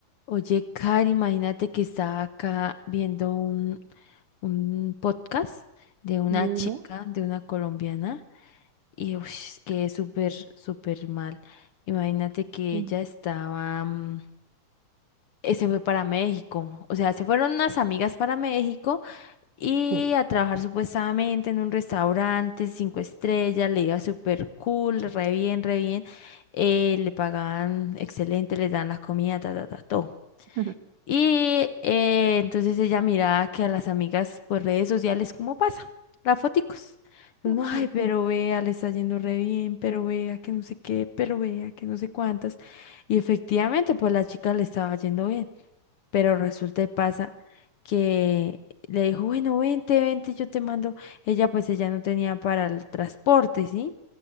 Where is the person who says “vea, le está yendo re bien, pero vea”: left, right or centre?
Left